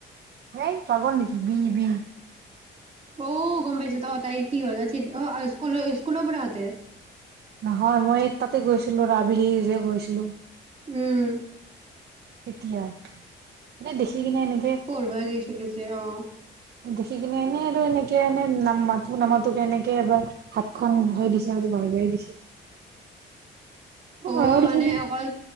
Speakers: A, on the right; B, on the right.
A: হেই পাগল নেকি, বি বি?
B: অ গম পাইছো অ তাইৰ কি হ'ল আজি অ স্কুল স্কুলৰ পৰাহতে
A: নহয় মই তাতে গৈছিলো ৰাবিলিউ যে গৈছিলো।
B: উম
A: তেতিয়া মানে দেখি দেখি কিনে এনেকে
B: পঢ়বা গৈছিলি যে অ
A: দেখি কিনে এনে আৰু এনেকে মানে নাম মাতো নামাতো কেনেকে এবাৰ হাতখন হৈ দিছে আৰু বাহিৰ দিছে।
B: অ
A: মইও দিছো
B: মানে
A: নি
B: অকল